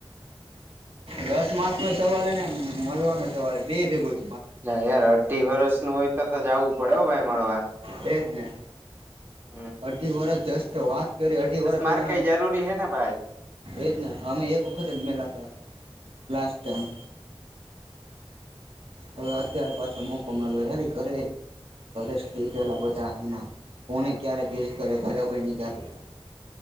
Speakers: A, on the right; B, on the right.
A: દસ માર્ક્સનો સવાલ હે ને મલવાનો સવાલ હે બે ય ભેગુ છે.
B: ના યાર અઢી વરસ નું હોય તો તો જાવું પડે હો ભાઈ મળવા.
A: એ જ ને.
B: હમ્મ.
A: અઢી વરસ જસ્ટ વાત કરી, અઢી વરહ
B: માર્ક
A: પેલા મે
B: કઈ જરૂરી હે ને ભાઈ
A: એ જ ને, અમે એક વખત જ મલ્યા તા, લાસ્ટ ટાઈમ. હવે અત્યારે પાછો મોકો મલ્યો, યાર ઇ ઘરે ઘરે <unintelligible> બધા હુમા, કોને ક્યારેક યુઝ કરે ઘરે કોઈ ને ક્યારેક.